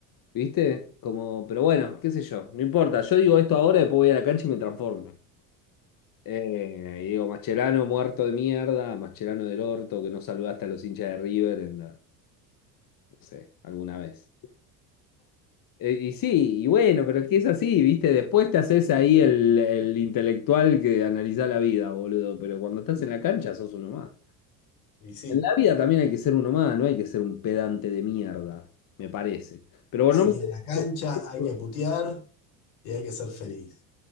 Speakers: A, on the left; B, on the left.
A: ¿viste? Como, pero bueno, qué sé yo, no importa. Yo digo esto ahora, después voy a la cancha y me transformo. Eh, y digo, Mascherano muerto de mierda, Mascherano del orto, que no saludaste a los hinchas de River en la- no sé, alguna vez. Eh, y sí, y bueno, pero es que es así, ¿viste? Después te haces ahí el, el intelectual que analiza la vida, boludo, pero cuando estás en la cancha sos uno más.
B: Y sí,
A: En la vida también hay que ser uno más, no hay que ser un pedante de mierda, me parece. Pero bueno,
B: hay
A: no
B: que ir a la cancha, hay
A: me...
B: que putear y hay que ser feliz.